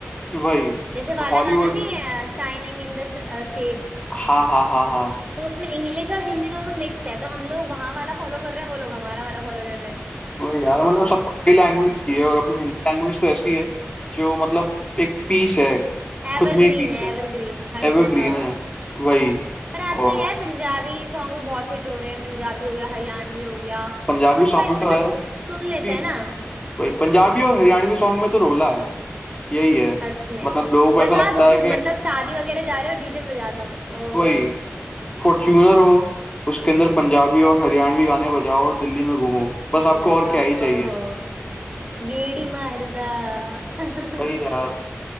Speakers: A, on the left; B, on the right.
A: वही
B: जैसे वाला
A: और हॉलीवुड
B: गाना नहीं है
A: में
B: शाइनिंग इन द शेड्स
A: हाँ हाँ हाँ हाँ
B: तो उसमें इंग्लिश और हिंदी दोनों मिक्स है तो हम लोग वहां वाला फॉलो कर रहे हैं वो लोग हमारा वाला फॉलो कर रहे हैं
A: वही यार मतलब सबको नई लैंग्वेज
B: हम्म।
A: चाहिए और अपनी हिंदी लैंग्वेज तो ऐसी है जो मतलब एक पीस है
B: एवरग्रीन
A: खुद में ही पीस
B: है
A: है
B: एवरग्रीन हर
A: एवरग्रीन
B: जगह
A: है वही
B: पर आजकल
A: और
B: यार पंजाबी सॉन्ग भी बहुत हिट हो रहे हैं पंजाबी हो गया हरियाणवी हो गया बहुत
A: पंजाबी सॉन्ग
B: फिट मतलब
A: तो है
B: कु- सुन लेते
A: कि
B: हैं ना
A: वही पंजाबी और हरियाणवी सॉन्ग में तो रोला है यही है
B: सच में
A: मतलब लोगों को
B: बजा
A: ऐसा लगता
B: दो
A: है
B: तुम
A: कि
B: मतलब शादी वगैरह जा रहे हो डीजे में बजा दो ओहो
A: वही फॉर्च्यूनर हो उसके अंदर पंजाबी और हरियाणवी गाने बजाओ और दिल्ली में घूमो बस
B: वही
A: आपको और
B: तो
A: क्या ही
B: ओहो
A: चाहिए <laughs>
B: गेड़ी मारदा <laughs>
A: वही यार